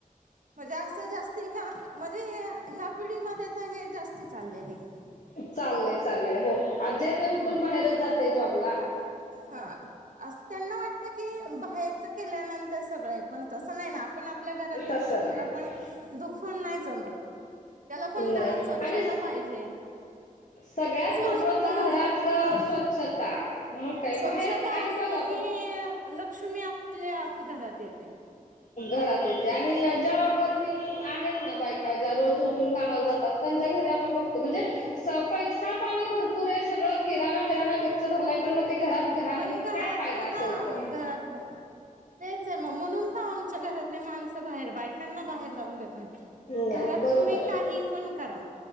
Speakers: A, on the right (about 60°); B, on the left (about 60°).
A: म्हणजे असं जास्त ह्या म्हणजे ह्या पिढीमध्ये आ तर हे जास्त चाललेले आहे.
B: चालय चालय हो आजे ते उठून
A: हो
B: बाहेरच जातय जॉबला.
A: हा असं त्यांना वाटत की बाहेरच केल्यानंतर. ते सगळं आहे पण तसं नाही ना आपण आपल्या घरातल्या
B: तसं
A: लक्ष्मीला
B: नाही
A: पण दुखवून नाही जमत. त्याला पण
B: नाही
A: घरात स्वच्छता
B: आणि
A: पाहिजे!
B: सगळ्यात
A: स्वच्छता
B: महत्वाचं घरातलं
A: असली तर हा
B: स्वच्छता. मग काय
A: स्वच्छता
B: बाहेर आणि
A: असली
B: बघा
A: की
B: ब-
A: लक्ष्मी आपल्या आप घरात येते.
B: घरात येते आणि ज्या वर्किंग आहेत ना बायका ज्या रोज वून, उठून कामाला जातात त्यांच्या घरी आपण बघतो म्हणजे. स पैसा पाणी भरपूर आहे सगळं किराणा बिराणा का, भरलाय मग ते घरात घाण
A: पण
B: मग
A: घरात
B: काय फायदा असं
A: हा
B: होत.
A: घरात तेच आहे मग म्हणून तर आमच्या घरातले माणसं बाहेर बायकांना बाहेर लावून देत नाही.
B: नाही
A: घरात
B: बरोबर
A: तुम्ही
B: आहे
A: काही पण करा